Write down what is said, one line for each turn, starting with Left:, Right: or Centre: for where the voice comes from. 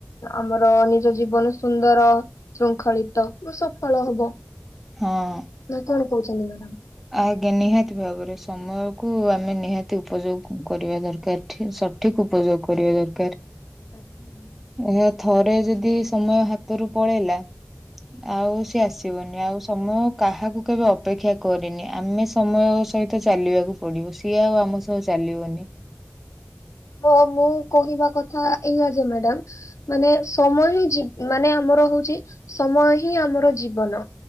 Left: ଆମର ନିଜ ଜୀବନ ସୁନ୍ଦର, ଶୃଙ୍ଖଳିତ, ଓ ସଫଳ ହବ।
Centre: ହଁ।
Left: ନା କଣ କହୁଚନ୍ତି ମ୍ୟାଡ଼ାମ୍?
Centre: ଆଜ୍ଞା। ନିହାତି ଭାବରେ, ସମୟ କୁ ଆମେ ନିହାତି ଉପଯୋଗ କରିବା ଦର୍କାର୍। ଠିକ୍, ସଠିକ୍ ଉପଯୋଗ୍ କରିବା ଦର୍କାର୍।
Left: ଆଛା। <unintelligible> <inaudible>
Centre: ଆଅ ଥରେ ଯଦି ସମୟ ହାତରୁ ପଳେଇଲା, ଆଉ ସେ ଆସ୍ ବନି ଆଉ ସମୟ କାହାକୁ କେବେ ଅପେକ୍ଷା କରି କରେନି ଆମେ ସମୟ ସହିତ ଚାଲିବାକୁ ପଡ଼ିବ ସିଏ ଆଉ ଆମ ସହ ଚାଲିବନି।
Left: ହଁ ମୁଁ କହିବା କଥା ଏୟା ଯେ ମ୍ୟାଡ଼ାମ୍ ମାନେ ସମୟ ହି ଜି ହେଇଛି ମାନେ ଆମର ହଉଛି ସମୟ ହିଁ ଆମର ଜୀବନ।